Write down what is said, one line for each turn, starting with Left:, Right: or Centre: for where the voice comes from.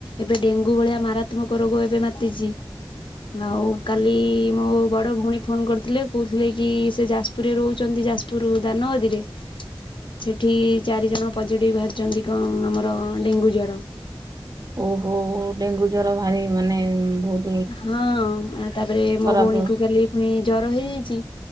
Left: ଏବେ ଡେଙ୍ଗୁ ଭଳିଆ ମାରାତ୍ମକ ରୋଗ ଏବେ ମାତିଛି। ଆଉ କାଲି ମୋ ବଡ ଭଉଣୀ ଫୋନ କରିଥିଲେ କହୁଥିଲେ କି ସେ ଯାଜ୍ ପୁରୁରେ ରହୁଛନ୍ତି ଯାଜପୁରରୁ ଦାନଗଦୀରେ।
Right: <inaudible>
Left: ସେଠି ଚାରି ଜଣ ପଜେଟିଭ ବାହାରିଛନ୍ତି କଣ ଆମର ଡେଙ୍ଗୁ ଜର।
Right: ଓହୋ ଡେଙ୍ଗୁ ଜ୍ୱର ଭାରି ମାନେ ବହୁତ୍
Left: ହଁ ତାପରେ ମୋ
Right: ଖରାପ
Left: ଭଉଣୀ କୁ କାଲି ଫୁଣି ଜର ହେଇଯାଇଛି।